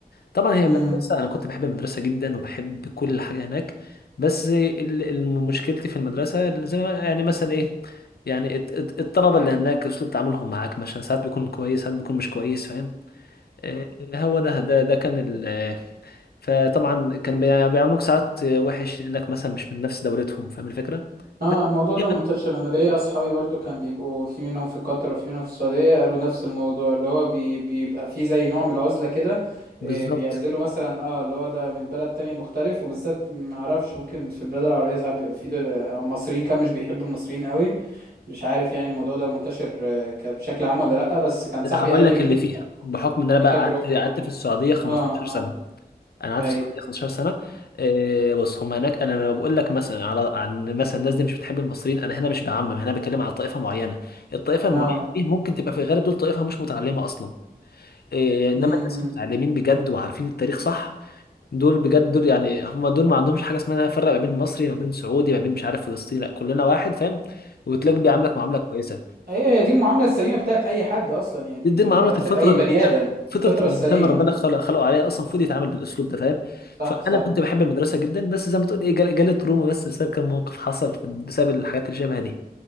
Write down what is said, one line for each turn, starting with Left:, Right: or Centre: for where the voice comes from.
Left: طبعا هي
Right: امم
Left: مدرسة أنا كنت بحب المدرسة جدا وبحب كل حاجة هناك بس ال- ال- مشكلتي في المدرسة زي ما يعني مثلا إيه يعني الت- الت- الطلبة اللي هناك أسلوب تعاملهم معاك مثلا ساعات بيكون كويس ساعات بيكون مش كويس فاهم آه، هو ده ده ده كان ال آه، فطبعا كان بيع- بيعاملوك ساعات وحش لأنك مثلا مش من نفس دولتهم فاهم الفكرة
Right: اه
Left: بس
Right: الموضوع ده
Left: يعني
Right: منتشر انا ليا اصحابي برضو كان بيبقوا في منهم في قطر وفي منهم في السعودية قالوا نفس الموضوع اللي هو بي بيبقى فيه زي نوع من العزلة كده
Left: بالظبط
Right: آه، بيعزلوا مثلا اه اللي هو ده من بلد تاني مختلف وبالذات معرفش ممكن في بلاد العربية ساعات بيبقى فيه ده- آه، مصريين كان مش بيحبوا المصريين قوي مش عارف يعني الموضوع ده منتشر آه، ك- بشكل عام ولا لأ بس كان صاحبي
Left: هقول
Right: قال لي
Left: لك
Right: إن
Left: اللي فيها
Right: دي تجربته
Left: بحكم إن أنا
Right: دي
Left: بقى
Right: تجربته
Left: قعدت قعدت
Right: معايا
Left: في السعودية 15
Right: اه
Left: سنة
Right: اه
Left: انا قعدت
Right: اي
Left: في السعوديه 15 سنه آه، بص هم هناك انا لما بقول لك مثلا على عن مثلا الناس دي مش بتحب المصريين انا هنا مش بعمم هنا بتكلم على طائفه معينه الطائفه المعينه
Right: اه
Left: دي ممكن تبقى في الغالب دول طائفه مش متعلمه اصلا آه، انما
Right: امم
Left: الناس المتعلمين بجد وعارفين التاريخ صح دول بجد دول يعني هم دول ما عندهمش حاجه اسمها فرق ما بين مصري ما بين سعودي ما بين مش عارف فلسطيني لا كلنا واحد فاهم وتلاقي بيعاملك معامله كويسه
Right: هي هي دي المعاملة السليمة بتاعت أي حد أصلا يعني
Left: دي
Right: م-
Left: دي معامله
Right: بتاعت
Left: الفطره
Right: أي
Left: اللي
Right: بني آدم
Left: فطره
Right: الفطرة السليمة
Left: الانسان اللي ربنا خلق خلقه عليها اصلا المفروض يتعامل بالاسلوب ده فاهم
Right: صح
Left: فانا
Right: صح
Left: كنت بحب المدرسه جدا بس زي ما تقول ايه جال- جالي تروما بس بسبب كم موقف حصل في- بسبب الحاجات اللي شبه دي